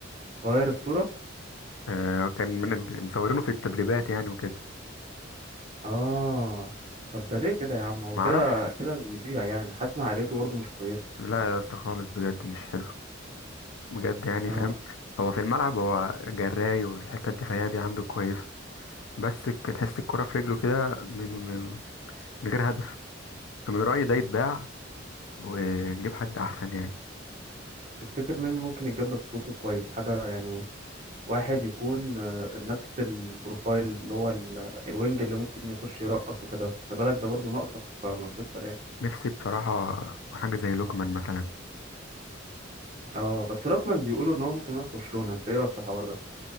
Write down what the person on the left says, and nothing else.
آه، كان من مصورينه في التدريبات يعني وكده
معرفش
لا يا اسطى خالص بجد مش حلو بجد يعني
فاهم هو في الملعب هو جراي والحته الدفاعيه دي عنده كويسه بس ك- تحس الكره في رجله كده من من من غير هدف فمن رايي ده يتباع ونجيب حد احسن يعني
نفسي بصراحة حاجة زي لوكمان مثلا